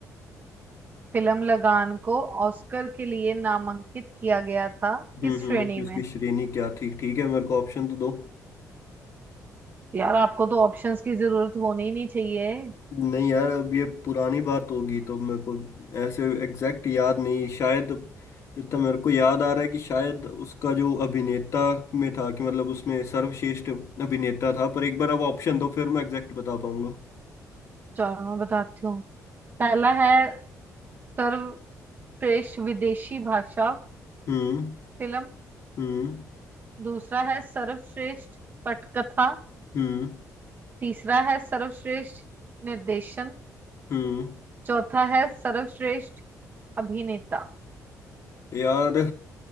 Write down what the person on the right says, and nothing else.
फिल्म लगान को ऑस्कर के लिए नामांकित किया गया था
किस
श्रेणी
में
यार आपको तो ऑप्शंस की जरूरत होनी ही नहीं चाहिए
चलो मैं बताती हूँ पहला है सर्वश्रेष्ठ विदेशी भाषा
फिल्म
दूसरा है सर्वश्रेष्ठ पटकथा
तीसरा है सर्वश्रेष्ठ निर्देशन
चौथा है सर्वश्रेष्ठ अभिनेता